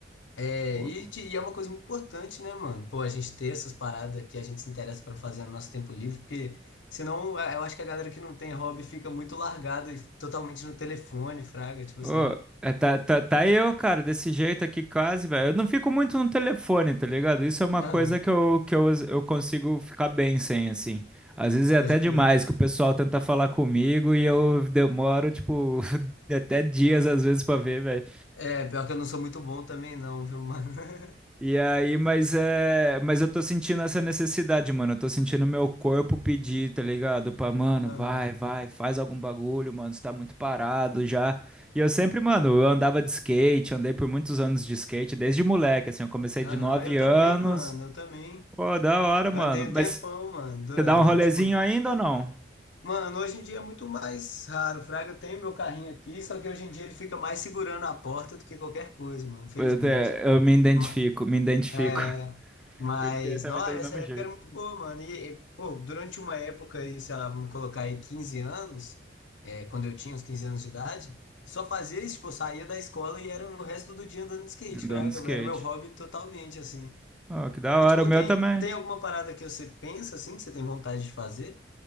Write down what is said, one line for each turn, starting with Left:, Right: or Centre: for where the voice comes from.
Left: É,
Centre: Boa,
Left: e,
Centre: boa.
Left: te- e é uma coisa muito importante, né, mano? Pô, a gente ter essas paradas que a gente se interessa pra fazer no nosso tempo livre, porque senão eh, eu acho que a galera que não tem hobby fica muito largada e totalmente no telefone, fraga, tipo
Centre: Ô,
Left: assim.
Centre: é, tá, tá, tá eu, cara, desse jeito aqui quase, velho. Eu não fico muito no telefone, tá ligado? Isso é uma
Left: Aham,
Centre: coisa que eu, que eu, eu consigo ficar bem sem, assim. Às vezes é
Left: pode
Centre: até demais
Left: crer.
Centre: que o pessoal tenta falar comigo e eu demoro, tipo, <laughs> até dias às vezes pra ver, velho.
Left: É, pior que eu não sou muito bom também não, viu, mano? <laughs>
Centre: E aí, mas é, mas eu tô sentindo essa necessidade, mano. Eu tô sentindo meu corpo pedir, tá ligado? Pra, mano,
Left: Aham,
Centre: vai, vai, faz algum bagulho, mano. Você tá muito parado já. E eu sempre, mano, eu andava de skate, andei por muitos anos de skate, desde moleque, assim. Eu comecei
Left: aham,
Centre: de 9
Left: eu
Centre: anos.
Left: também, mano, eu também.
Centre: Pô, da hora, mano.
Left: Eu andei um
Centre: Mas
Left: tempão, mano, dura-
Centre: você dá um rolezinho
Left: eh, tipo...
Centre: ainda ou não?
Left: Mano, hoje em dia é muito mais raro, fraga. Eu tenho meu carrinho aqui, só que hoje em dia ele fica mais segurando a porta do que qualquer coisa, mano, felizmente.
Centre: Eu, te- eu me identifico,
Left: Ma-
Centre: me identifico.
Left: É,
Centre: <laughs>
Left: mas,
Centre: Porque também
Left: nossa,
Centre: tá do
Left: essa
Centre: mesmo
Left: época
Centre: jeito.
Left: era muito boa, mano. E, e, pô, durante uma época aí, sei lá, vamos colocar aí 15 anos, é, quando eu tinha uns 15 anos de idade, só fazia isso, tipo, eu saía da escola e era o resto do dia andando de skate,
Centre: Andando
Left: fraga,
Centre: de skate.
Left: era meu hobby totalmente, assim.
Centre: Ó, que da
Left: E,
Centre: hora,
Left: tipo,
Centre: o meu
Left: tem,
Centre: também.
Left: tem alguma parada que você pensa, assim, que você tem vontade de fazer?